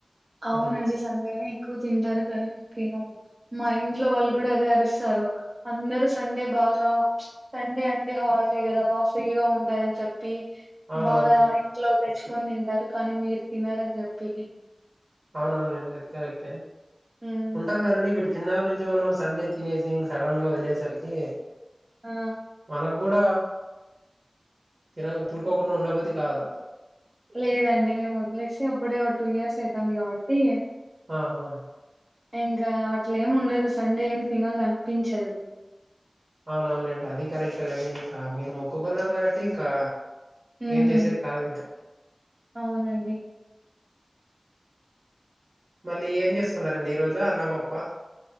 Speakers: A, on the right; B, on the right.
A: అవునండి
B: అది
A: సండేనే ఎక్కువ తింటారు కానీ మేము తినము మా ఇంట్లో వాళ్ళు కూడా అదే అరుస్తారు అందరు సండే బాగా సండే అంటే హాలిడే గదా బాగా ఫ్రీగా ఉంటారని చెప్పి
B: అవునవునులేండి.
A: బాగా ఇంట్లో తెచ్చుకొని తింటారు కానీ మీరు తినారని చెప్పేది
B: అవునవునండి అది కరెక్టే
A: హ్మ్
B: ఉంటాది కదండీ విడి చిన్నప్పటి నుంచి మనం సండే తినేసి ఇంగ సడన్ గా వదిలేసరికి
A: ఆ
B: మనగ్గూడ తిన తినుకోకుండా ఉండబుద్ధి కాదు
A: లేదండి మేము వదిలేసి అప్పుడే ఒక టూ ఇయర్స్ అయితాంది కాబట్టి
B: ఆ ఆ
A: ఇంకా అట్లేముండదు సండే ఏం తినల్లానిపించదు
B: అవునవునలేండి అది కరెక్టేలెండి ఇంకా మీరు మొక్కుకున్నారు కాబట్టి ఇంకా
A: హ్మ్.
B: ఏం చేసేకి కాదింకా
A: అవునండి
B: మళ్ళీ ఏం చేసుకున్నారండి ఈ రోజు అన్నం పప్పా